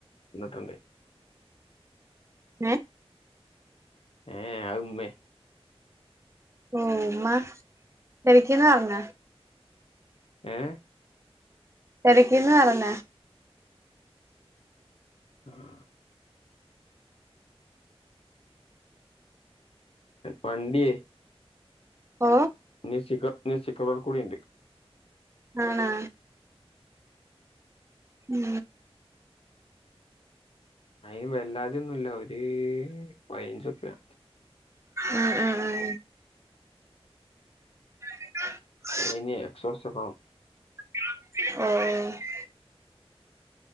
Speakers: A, on the left (about 65°); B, on the right (about 25°).
A: എന്നിട്ടുണ്ടേ
B: ഏ
A: ഏ ഏ അഅ് ഉമ്മേ
B: ഓ ഉമ്മ തിരക്കിന്ന് പറഞ്ഞ
A: ഏഹ്
B: തിരക്കിന്ന് പറഞ്ഞ
A: ആഹ് വണ്ടിയേ
B: ഓ
A: നി സിറ്റിക്ക ന് സ്‌റ്റിക്ക വർ കൂടിണ്ട്
B: ആണാ മ്
A: അയിന് വെല്ലാതൊന്നുംല്ല ഒര് പയിനഞ്ച് റുപ്യ
B: ഉം ആ ആഹ് <inaudible>
A: കഴിഞ്ഞ എക്സോസ ഫാം
B: <inaudible> ആഹ് ആഹ്